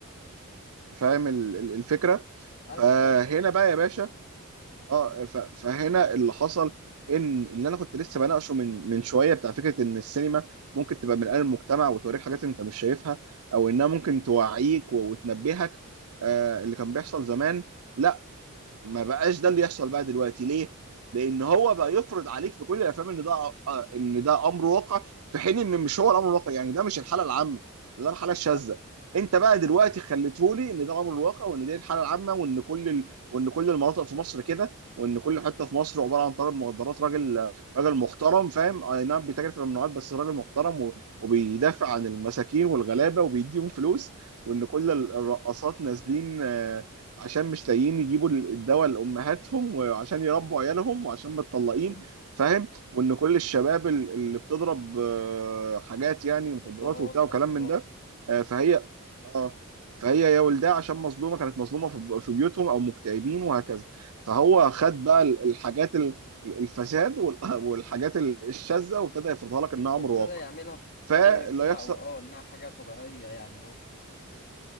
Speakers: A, on the right; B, on the left.
A: فاهم ال- ال- الفكره
B: ايوه
A: فهنا
B: فاهم
A: بقى يا باشا اه ف- فهنا اللي حصل ان اللي انا كنت لسه بناقشه من من شويه بتاع فكره ان السينما ممكن تبقى من قلب المجتمع وتوريك حاجات انت مش شايفها او انها ممكن توعيك و- وتنبهك آه اللي كان بيحصل زمان لا ما بقاش ده اللي يحصل بقى دلوقتي ليه؟ لان هو بقى يفرض عليك في كل الافلام ان ده آه، ان ده امر واقع في حين ان مش هو الامر الواقع يعني ده مش الحاله العامه ده الحاله الشاذه
B: صح
A: انت بقى دلوقتي
B: صح
A: خليتهولي ان ده امر الواقع وان دي الحاله العامه وان كل ال... وان كل المناطق في مصر كده وان كل حته في مصر عباره عن تاجر مخدرات راجل راجل محترم فاهم اي نعم بيتاجر في الممنوعات بس راجل محترم و... وبيدافع عن المساكين والغلابه وبيديهم فلوس وان كل الرقاصات
B: مم.
A: نازلين آه، عشان مش لاقيين يجيبوا الدواء لامهاتهم وعشان يربوا عيالهم وعشان متطلقين
B: مم.
A: فاهم وان كل الشباب ال- اللي بتضرب آه، حاجات يعني مخدرات
B: مخدرات
A: وبتاع وكلام
B: او
A: من
B: اه
A: ده آه، فهي اه فهي يا ولدها عشان مظلومه كانت مظلومه في في بيوتهم او مكتئبين وهكذا فهو خد بقى ال- الحاجات ال- الفساد وال- <laughs> والحاجات ال- الشاذه وابتدى يفرضها لك انها
B: وابتدى
A: امر واقع
B: يعملها في
A: فاللي
B: قضية كبيرة
A: هيحصل
B: او اه انها حاجة طبيعية يعني اه